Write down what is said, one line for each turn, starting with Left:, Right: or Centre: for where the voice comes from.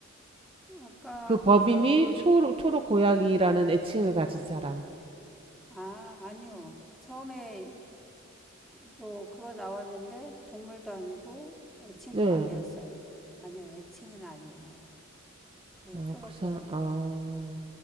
Centre: 아까
Right: 그 범인이
Centre: 그,
Right: 초록 초록 고양이라는 애칭을 가진 사람.
Centre: 아, 아니요. 처음에 또 그거 나왔는데, 동물도 아니고, 애칭도
Right: 네.
Centre: 아니었어요. 아니요, 애칭은 아니에요. 그
Right: 아,
Centre: 초록고양이가.
Right: 그 사, 아.